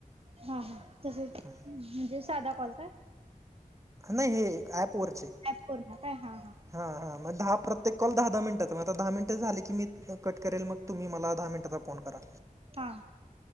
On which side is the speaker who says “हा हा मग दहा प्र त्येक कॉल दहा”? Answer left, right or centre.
Right